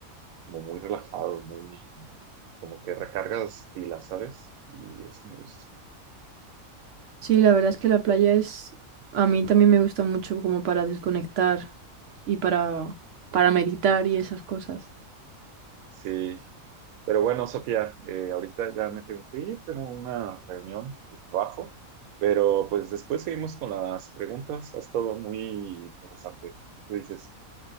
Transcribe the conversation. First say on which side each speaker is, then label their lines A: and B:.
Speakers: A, on the right; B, on the right.
A: como muy relajado, muy como que recargas pilas, ¿sabes? Y eso me gusta.
B: Sí, la verdad es que la playa es... A mí también me gusta mucho como para desconectar y para, para meditar y esas cosas.
A: Sí, Pero bueno, Sofía, eh, ahorita ya me tengo que ir, tengo una reunión de trabajo, pero pues después seguimos con las preguntas. Ha estado muy interesante. Tú dices,